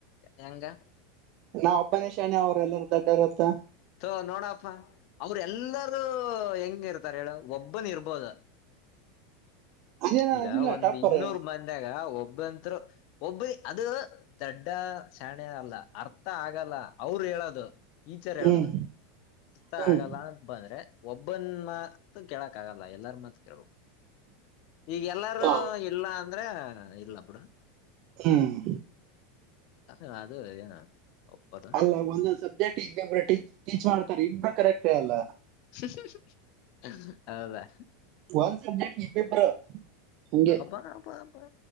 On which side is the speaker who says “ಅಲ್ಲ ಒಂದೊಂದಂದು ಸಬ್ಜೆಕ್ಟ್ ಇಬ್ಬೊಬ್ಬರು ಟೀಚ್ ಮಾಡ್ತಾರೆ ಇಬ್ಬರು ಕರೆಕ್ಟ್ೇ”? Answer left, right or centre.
Right